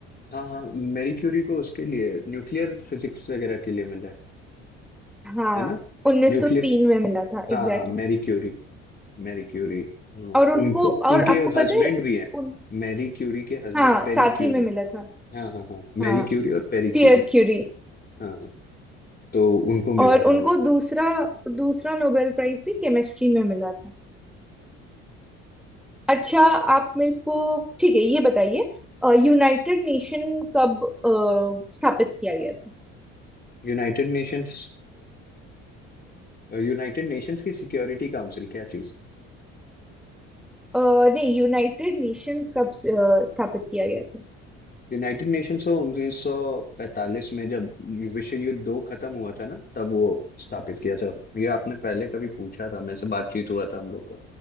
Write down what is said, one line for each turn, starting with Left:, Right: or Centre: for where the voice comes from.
Left: हाँ हाँ मैरी क्यूरी को उसके लिए न्यूक्लियर फिजिक्स वगैरह के लिए मिला है
Centre: हाँ
Left: है ना
Centre: 1903
Left: न्यूक्लियर
Centre: में मिला था एग्जैक्टली
Left: हाँ हाँ मैरी क्यूरी मैरी क्यूरी हाँ,
Centre: और उनको
Left: उनको
Centre: और
Left: उनके
Centre: आपको पता
Left: हस्बैंड
Centre: है
Left: भी है
Centre: उन
Left: मैरी क्यूरी के हस्बैंड
Centre: हाँ
Left: पेरी
Centre: साथ
Left: क्यूरी
Centre: ही में मिला था
Left: हाँ हाँ हाँ
Centre: हाँ
Left: मैरी क्यूरी और पेरी
Centre: पियर
Left: क्यूरी
Centre: क्यूरी
Left: हाँ हाँ तो उनको मिला
Centre: और
Left: था
Centre: उनको
Left: वो
Centre: दूसरा दूसरा नोबेल प्राइज भी केमिस्ट्री में मिला था अच्छा आप मेरे को ठीक है ये बताइए यूनाइटेड नेशन कब अ, स्थापित किया गया था
Left: United Nations यूनाइटेड नेशंस की सिक्योरिटी काउंसिल क्या चीज
Centre: अ, नहीं यूनाइटेड नेशंस कब अ, स्थापित किया गया था
Left: यूनाइटेड नेशंस को 1945 में जब विश्व युद्ध दो खत्म हुआ था ना तब वो स्थापित किया था ये आपने पहले कभी पूछा था मेरे से बातचीत हुआ था हम लोग का